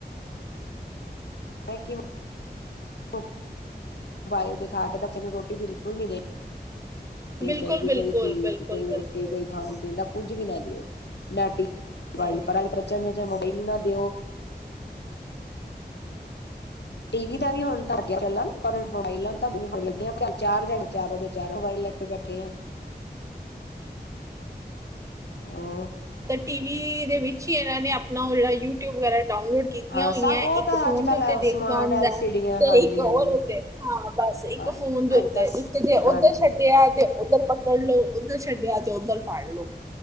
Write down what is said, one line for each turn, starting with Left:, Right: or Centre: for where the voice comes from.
Left: ਕਿ ਮੋਬਾਇਲ ਦਿਖਾ ਕੇ ਬੱਚੇ ਨੂੰ ਰੋਟੀ ਬਿਲਕੁਲ ਨੀਂ ਦੇਣੀ।
Right: ਬਿਲਕੁਲ
Left: ਚਾਈਦੀ।
Right: ਬਿਲਕੁਲ
Left: ਕੋਈ ਚੀਜ਼,
Right: ਬਿਲਕੁਲ
Left: ਕੋਈ ਰੋਟੀ,
Right: ਬਿਲਕੁਲ
Left: ਕੋਈ ਖਾਣ-ਪੀਣ, ਦਾ ਕੁੱਝ ਵੀ ਨਾ ਦਿਓ। ਡਾਟੀ
Right: ਹਮ
Left: <inaudible> ਬਚਿਆ ਨੂੰ <unintelligible> ਮੋਬਾਇਲ ਨਾ ਦੇਓ। ਟੀ ਵੀ ਦਾ ਵੀ ਹੁਣ ਆ ਗਿਆ ਚੱਲਣ, ਪਰ ਮੋਬਾਇਲਾਂ ਤਾਂ ਲੱਗੀਆਂ ਚਾਰ ਜਾਣੇ, ਚਾਰੋਂ ਦੇ ਚਾਰ ਮੋਬਾਈਲ ਲੈ ਕੇ ਬੈਠੇ ਆ। ਉਹ
Right: ਟੀ ਵੀ ਦੇ ਵਿੱਚ ਹੀ ਇਹਨਾਂ ਨੇ ਆਪਣਾ ਜਿਹੜਾ ਯੂਟਿਊਬ ਵਗੈਰਾ ਡਾਊਨਲੋਡ ਕੀਤੀਆਂ
Left: ਹਾਂ
Right: ਹੋਈਆਂ।
Left: ਸਭ ਉਹ
Right: ਇੱਕ
Left: ਤਾਂ
Right: ਫੋਨ
Left: ਅੱਜ
Right: ਦੇ
Left: ਕੱਲ
Right: ਉੱਤੇ ਦੇਖਦਾ
Left: ਸਮਾਰਟ
Right: ਹੁੰਦਾ
Left: ਐਲ
Right: ਐ,
Left: ਸੀ ਡੀਆਂ
Right: ਤੇ
Left: ਹਾਂਜੀ
Right: ਇੱਕ ਹੋਰ
Left: ਹਾਂਜੀ
Right: ਉੱਤੇ ਹਾਂ। ਬਸ, ਇੱਕ
Left: ਹਾਂਜੀ
Right: ਫੋਨ ਦੇ
Left: ਅੱਜ
Right: ਉੱਤੇ
Left: ਕੱਲ
Right: ਇੱਕ ਜੇ
Left: ਹਾਂਜੀ
Right: ਉੱਧਰ ਛੱਡਿਆ ਤੇ ਉੱਧਰ ਪਕੜ ਲੋ। ਉੱਧਰ ਛੱਡਿਆ, ਤੇ ਉੱਧਰ ਫੜ ਲੋੋ।